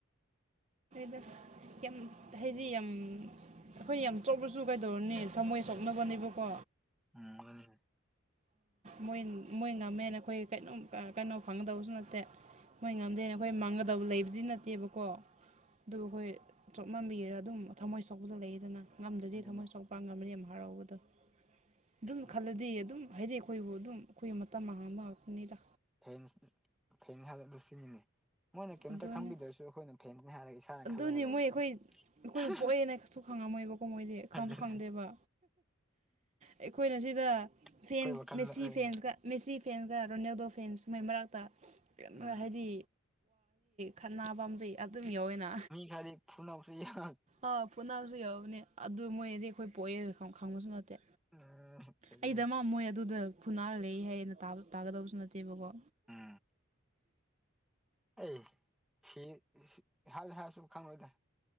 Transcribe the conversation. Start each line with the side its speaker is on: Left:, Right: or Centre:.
Right: ꯗ ꯌꯥꯝ
Centre: ꯑꯗꯨꯅꯤ
Right: ꯍꯥꯏꯗꯤ ꯌꯥꯝ ꯑꯩꯈꯣꯏꯅ ꯌꯥꯝ ꯆꯣꯛꯄꯁꯨ ꯀꯩꯗꯧꯔꯅꯤ ꯊꯝꯃꯣꯏ ꯁꯣꯛꯅꯕꯅꯦꯕꯀꯣ
Centre: ꯎꯝ
Right: ꯃꯣꯏ ꯃꯣꯏ ꯉꯝꯃꯦꯅ ꯑꯩꯈꯣꯏ ꯀꯩꯅꯣꯝ ꯀꯩꯅꯣ ꯐꯪꯒꯗꯕꯁꯨ ꯅꯠꯇꯦ ꯃꯣꯏ ꯉꯝꯗꯦꯅ ꯑꯩꯈꯣꯏ ꯃꯥꯡꯒꯗꯕ ꯂꯩꯕꯗꯤ ꯅꯠꯇꯦꯕꯀꯣ ꯑꯗꯨ ꯑꯩꯈꯣꯏ ꯆꯣꯞꯃꯝꯕꯤꯒꯔ ꯑꯗꯨꯝ ꯊꯝꯃꯣꯏ ꯁꯣꯛꯄꯗ ꯂꯩꯗꯅ ꯉꯝꯗ꯭ꯔꯗꯤ
Centre: ꯑꯗꯨꯅꯦ
Right: ꯊꯝꯃꯣꯏ ꯁꯣꯛꯄ ꯉꯝꯝꯕꯗꯤ ꯌꯥꯝ ꯍꯔꯥꯎꯕꯗꯣ ꯑꯗꯨꯝ
Centre: ꯎꯝ
Right: ꯈꯜꯂꯗꯤ ꯑꯗꯨꯝ ꯍꯥꯏꯗꯤ ꯑꯩꯈꯣꯏꯕꯨ ꯑꯗꯨꯝ ꯑꯩꯈꯣꯏ ꯃꯇꯝ ꯍꯥꯡꯕ ꯉꯛꯄꯅꯤꯗ
Centre: ꯐꯦꯟ ꯐꯦꯟ ꯍꯥ ꯂꯁꯤ ꯃꯤꯅꯦ ꯃꯣꯏꯅ ꯀꯩꯝꯇ
Right: ꯑꯗꯨꯅꯤ
Centre: ꯈꯪꯕꯤꯗ꯭ꯔꯁꯨ ꯑꯩꯈꯣꯏꯅ ꯐꯦꯟꯗꯅꯤ ꯍꯥꯏꯔꯒ ꯏꯁꯥꯅ
Right: ꯑꯗꯨꯅꯤ
Centre: ꯈꯜꯂꯒ ꯂꯩꯕꯗꯣ
Right: ꯃꯣꯏ ꯑꯩꯈꯣꯏ ꯑꯩꯈꯣꯏꯕꯨ ꯄꯣꯛꯑꯦꯅꯁꯨ ꯈꯪꯉꯝꯃꯣꯏꯕꯀꯣ ꯃꯣꯏꯗꯤ ꯈꯪꯁꯨ
Centre: ꯑꯗꯨꯅꯦ
Right: ꯈꯪꯗꯦꯕ ꯑꯩꯈꯣꯏꯅ ꯁꯤꯗ
Centre: ꯑꯩꯈꯣꯏ
Right: ꯐꯦꯟꯁ
Centre: ꯋꯥꯈꯜꯗ
Right: ꯃꯦꯁꯤ
Centre: ꯑꯗꯨꯅꯦ
Right: ꯐꯦꯟꯁꯀ ꯃꯦꯁꯤ ꯐꯦꯟꯁ ꯔꯣꯅꯦꯜꯗꯣ ꯐꯦꯟ ꯁꯨꯃꯥꯏ ꯃꯔꯛꯇ
Centre: ꯎꯝ
Right: ꯍꯥꯏꯗꯤ ꯈꯠꯅꯥ ꯄꯥꯝꯕꯤ ꯑꯗꯨꯝ ꯌꯥꯎ ꯑꯣꯏꯅ
Centre: ꯃꯤ ꯈꯔꯗꯤ ꯐꯨꯅꯕꯁꯨ ꯌꯥꯎ
Right: ꯑꯥ ꯄꯣꯅꯥꯁꯨ ꯌꯥꯎꯕꯅꯦ ꯑꯗꯨ ꯃꯣꯏꯅꯗꯤ ꯑꯩꯈꯣꯏ ꯄꯣꯛꯑꯦ ꯈꯪꯕꯁꯨ ꯅꯠꯇꯦ
Centre: ꯎꯝ ꯑꯗꯨꯗꯤ
Right: ꯑꯩꯗ ꯑꯃ ꯃꯣꯏ ꯑꯗꯨꯗ ꯐꯨꯅꯥꯔ ꯂꯩ ꯍꯥꯏ ꯑꯅ ꯇꯥꯒꯗꯕꯁꯨ ꯅꯠꯇꯦꯕꯀꯣ
Centre: ꯎꯝ ꯑꯩ ꯁꯤ ꯍꯥꯏꯁꯨ ꯍꯥꯏꯔꯁꯨ ꯈꯪꯉꯣꯏꯗ